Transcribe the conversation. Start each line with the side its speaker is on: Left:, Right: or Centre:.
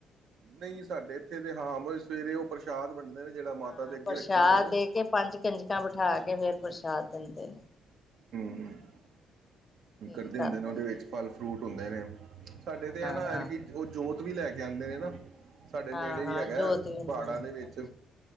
Right: ਨਹੀਂ ਸਾਡੇ ਇੱਥੇ ਤੇ ਹਾਂ ਸਵੇਰੇ ਉਹ ਪ੍ਰਸ਼ਾਦ ਵੰਡਦੇ ਨੇ ਜਿਹੜਾ ਮਾਤਾ
Left: ਹਾਂ,
Right: ਦੇ ਅੱਗੇ
Left: ਪ੍ਰਸ਼ਾਦ
Right: ਰੱਖਿਆ ਹੁੰਦਾ ਨਾ ਜੀ
Left: ਦੇ ਕੇ ਪੰਜ ਕੰਜਕਾਂ ਬਿਠਾ ਕੇ ਫੇਰ ਪ੍ਰਸ਼ਾਦ ਦਿੰਦੇ ਨੇ।
Right: ਹਮ
Left: ਸਵੇਰੇ
Right: ਕਰਦੇ
Left: ਸੱਤ
Right: ਹੁੰਦੇ ਨੇ ਉਹਦੇ
Left: ਵਜੇ
Right: ਵਿੱਚ ਫਲ ਫਰੂਟ ਹੁੰਦੇ ਨੇ ਸਾਡੇ
Left: ਹਾਂ
Right: ਤੇ, ਏ
Left: ਹਾਂ
Right: ਨਾ
Left: ਹਾਂ
Right: ਐਤਕੀ ਉਹ ਜੋਤ ਓਵੀ ਲੈ ਕੇ ਆਉਂਦੇ ਨੇ ਨਾ ਸਾਡੇ
Left: ਹਾਂ
Right: ਨੇੜੇ
Left: ਹਾਂ
Right: ਹੀ ਹੈਗਾ,
Left: ਜੋਤ ਵੀ ਹੁੰਦੀ
Right: ਪਹਾੜਾਂ ਦੇ
Left: ਹੈ
Right: ਵਿੱਚ